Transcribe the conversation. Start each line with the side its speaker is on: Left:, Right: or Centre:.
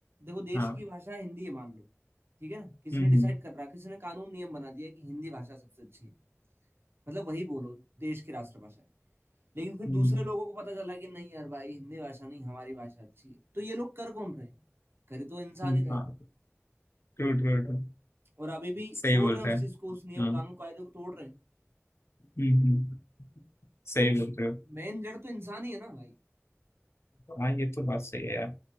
Right: देखो देश
Left: हाँ
Right: की भाषा हिंदी है मान लो ठीक है ना किसी
Left: हम्म
Right: ने डिसाइड कर रहा किसी ने कानून नियम बना दिया कि हिंदी भाषा सबसे अच्छी है मतलब वही बोलो देश की राष्ट्रभाषा है लेकिन फिर
Left: हम्म
Right: दूसरे
Left: हम्म,
Right: लोगों को पता चला कि नहीं यार भाई हिंदी भाषा नहीं हमारी भाषा अच्छी है तो ये लोग कर कौन रहे हैं कर तो इंसान
Left: हम्म,
Right: ही रहे
Left: हाँ
Right: हैं
Left: True true true
Right: और अभी भी
Left: सही
Right: तोड़
Left: बोल
Right: रहे हैं
Left: रहे
Right: उस
Left: हैं
Right: चीज को उस नियम
Left: हाँ
Right: कानून
Left: हाँ,
Right: कायदे को तोड़ रहे हैं
Left: हम्म हम्म सही
Right: तो
Left: बोल रहे हो
Right: मेन जड़ तो इंसान ही है ना भाई
Left: हाँ ये तो बात सही है यार